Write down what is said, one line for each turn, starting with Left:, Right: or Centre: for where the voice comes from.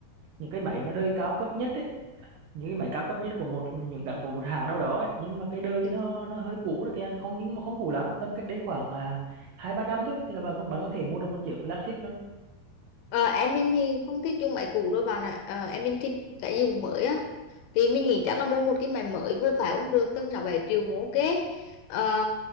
Right: những cái máy mà đời cao cấp nhất ấy những cái máy cao cấp nhất của một những cả của một hãng nào đó ấy. nhưng mà cái đời
Left: ừ.
Right: nó nó hơi cũ rồi kìa không nhưng mà không cũ lắm tầm cách đấy khoảng à, hai ba năm thôi thì là bạn có- bạn có thể mua được một chiếc flagship
Left: ờ, em mình thì không thích dùng máy cũ đâu bà nè ờ, em mình thích cái gì cũng mới á thì mình nghĩ chắc là mua một cái máy mới vừa phải cũng được tầm sáu bảy triệu cũng ok Ờ,